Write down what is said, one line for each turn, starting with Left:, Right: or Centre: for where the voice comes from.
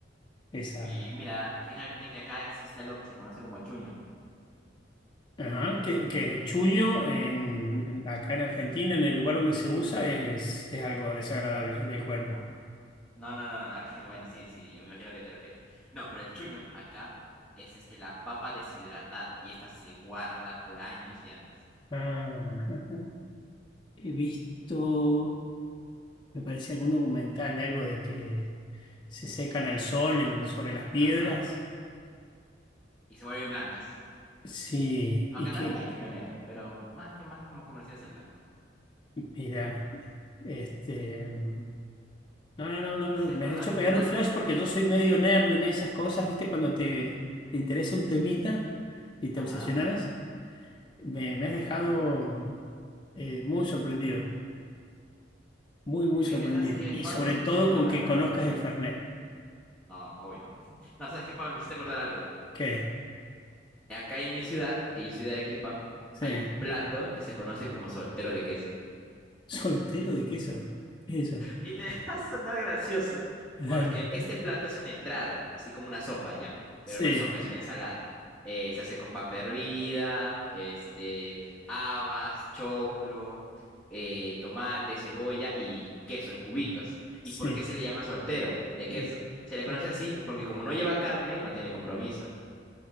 Left: esas?
Centre: Y mira, fíjate que acá existe algo que se conoce como chuño.
Left: Ajá, que, que el chuño en, en- acá en Argentina, en el lugar donde se usa, es, es algo desagradable del cuerpo.
Centre: No, no, no, no, acá- bueno, sí, sí, ya me imagino a qué te refieres. No, pero el chuño acá es este, la papa deshidratada y esta se guarda por años y años.
Left: Ah, <laughs> ajá. He visto, me parece algún documental de algo de que se secan al sol en- sobre las piedras.
Centre: Ajá. Y se vuelven blancas.
Left: Sí,
Centre: Aunque
Left: y que,
Centre: también hay chuño negro, pero más que más comercial es el blanco.
Left: mira, este... mm, No, no, no, no,
Centre: Me
Left: no,
Centre: hiciste acordar
Left: me has hecho
Centre: un
Left: pegar
Centre: plato
Left: un flash
Centre: curioso.
Left: porque yo soy medio nerd en esas cosas, ¿viste? Cuando te, te interesa un temita y te
Centre: Ajá.
Left: obsesionas. Me, me has dejado eh, muy sorprendido, muy, muy
Centre: Oye,
Left: sorprendido.
Centre: ¿me sabes qué,
Left: Y
Centre: Pablo?
Left: sobre
Centre: Me
Left: todo
Centre: hiciste acordar
Left: con que
Centre: algo.
Left: conozcas el Fernet.
Centre: No, obvio. <laughs> No, ¿sabes qué, Pablo? Me hiciste acordar algo.
Left: ¿Qué?
Centre: Acá en mi ciudad, que yo soy de Arequipa,
Left: Sí.
Centre: hay un
Left: <laughs>
Centre: plato que se conoce como soltero de queso.
Left: ¿Soltero de queso? ¿Qué es eso?
Centre: Y te <laughs> va a sonar gracioso,
Left: Dale.
Centre: porque este plato es una entrada, así como una sopa, ¿ya? Pero
Left: Sí,
Centre: no es sopa, es una ensalada. Eh, se hace con papa hervida, este, habas, choclo, eh, tomate, cebolla y queso en cubitos.
Left: sí.
Centre: ¿Y por qué se le llama soltero de queso?
Left: Mm.
Centre: Se le conoce
Left: Oh,
Centre: así porque como no lleva carne, no tiene compromiso.